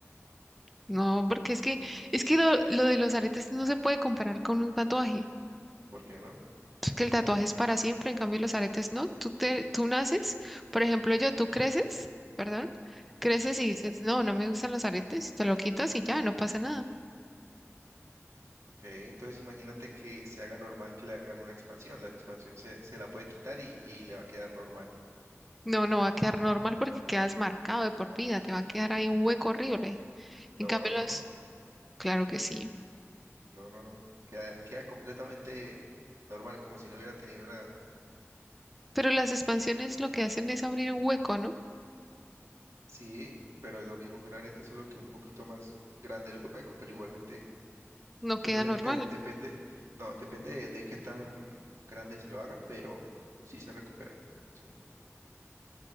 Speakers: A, in the centre; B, on the right.
A: No, porque es que, es que lo, lo de los aretes no se puede comparar con un tatuaje.
B: ¿Por qué no?
A: Es que el tatuaje es para siempre, en cambio los aretes no. Tú te, tú naces, por ejemplo, yo, tú creces, perdón, creces y dices, no, no me gustan los aretes, te lo quitas y ya, no pasa nada.
B: Ok, entonces imagínate que se haga normal que le hagan una expansión. La expansión se, se la puede quitar y, y le va a quedar normal.
A: No, no va a quedar normal porque quedas marcado de por vida, te va a quedar ahí un hueco horrible.
B: No,
A: En cambio
B: no,
A: los,
B: no, no,
A: claro que sí.
B: no, no, no. Queda, queda completamente normal, como si no hubiera tenido nada.
A: Pero las expansiones lo que hacen es abrir un hueco, ¿no?
B: Sí, pero es lo mismo que un arete, solo que un poquito más grande el hueco, pero igualmente
A: No
B: Pues
A: queda
B: obviamente
A: normal.
B: de- depende, no, depende de, de qué tan grande se lo haga, pero sí se recupera, ¿sí?